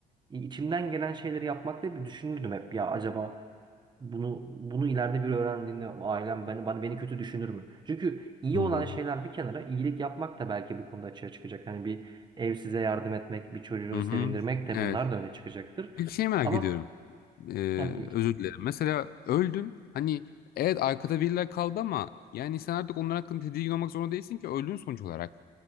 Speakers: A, on the right (about 25°); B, on the left (about 65°).
A: e, içimden gelen şeyleri yapmakta bir düşünürdüm hep ya acaba bunu bunu ileride bir öğrendiğinde ailem beni bana beni kötü düşünür mü? Çünkü iyi
B: Hı hı.
A: olan şeyler bir kenara iyilik yapmak da belki bu konuda açığa çıkacak. Hani bir ev size yardım etmek, bir çocuğu
B: Hı hı.
A: sevindirmek de
B: Evet.
A: bunlar da öne çıkacaktır.
B: Peki şey merak
A: Ama
B: ediyorum. Ee,
A: heh, buyur.
B: özür dilerim. Mesela öldün. Hani evet arkada biriler kaldı ama yani sen artık onlar hakkında tedirgin olmak zorunda değilsin ki öldün sonuç olarak.